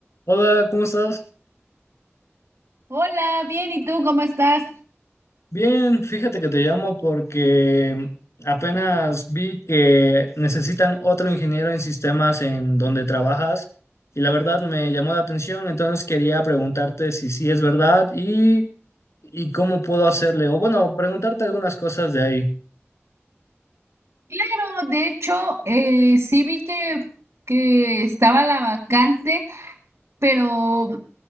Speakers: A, on the left; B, on the right.
A: Hola, ¿cómo estás?
B: Hola, bien, ¿y tú cómo estás?
A: Bien, fíjate que te llamo porque apenas vi que necesitan otro ingeniero en sistemas en donde trabajas y la verdad me llamó la atención, entonces quería preguntarte si sí es verdad y, y cómo puedo hacerle, o bueno, preguntarte algunas cosas de ahí.
B: Claro, de hecho, eh, sí vi que, que estaba la vacante, pero,